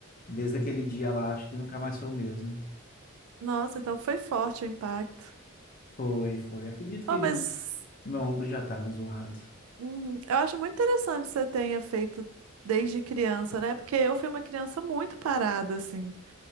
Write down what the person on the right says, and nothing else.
Nossa, então foi forte o impacto.
Oh, mas
uhum, eu acho muito interessante que você tenha feito desde criança, né? Porque eu fui uma criança muito parada, assim.